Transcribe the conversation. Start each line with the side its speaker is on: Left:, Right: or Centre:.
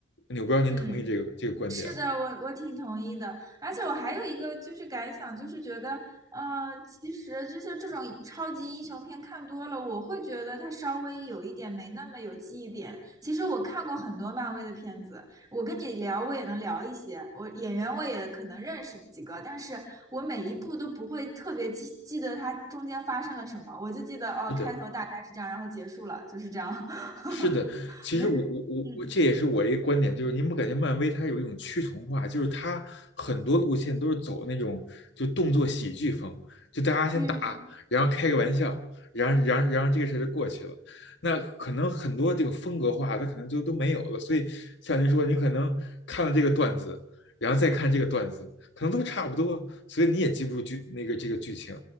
Left: 我不知道您同意这个这个观点吗？
Right: 嗯。是的，我我挺同意的，而且我还有一个就是感想，就是觉得，嗯、呃其实就是这种超级英雄片看多了，我会觉得它稍微有一点没那么有记忆点。其实我看过很多漫威的片子，我跟你聊我也能聊一些，我演员我也可能认识几个，但是我每一部都不会特别记记得它中间发生了什么，我就记得哦，
Left: 是的，
Right: 开头大概是这样，然后结束了，就是这样，<laughs>
Left: 是的，其实我我我我这也是我一个观点，
Right: 没，嗯
Left: 就是您不感觉漫威它有一种趋同化，就是它很多路线都是走那种就动作喜剧风，就大家先打，
Right: 嗯，
Left: 然后开个玩笑，然后然后然后这个事儿就过去了。那可能很多这个风格化，它可能就都没有了。所以像您说，你可能看了这个段子，然后再看这个段子，可能都差不多，所以你也记不住剧那个这个剧情。